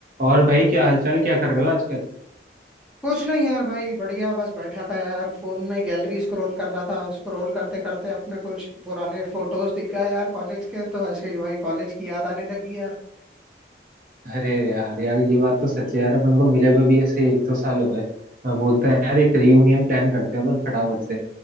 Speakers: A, on the right; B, in the centre.
A: और भाई क्या हालचाल क्या कर रहे हो आजकल
B: कुछ नहीं यार भाई बढ़िया बस बैठा था यार फोन में गैलरी स्क्रॉल कर रहा था स्क्रॉल करते करते अपने कुछ पुराने फोटोज दिख गए यार कॉलेज के तो ऐसे ही भाई कॉलेज की याद आने लगी यार
A: अरे यार यार ये बात तो सच है यार अपन को मिले हुए भी ऐसे एक दो साल हो गए मैं बोलता है यार एक रियूनियन प्लान करते हैं अपन फटाफट से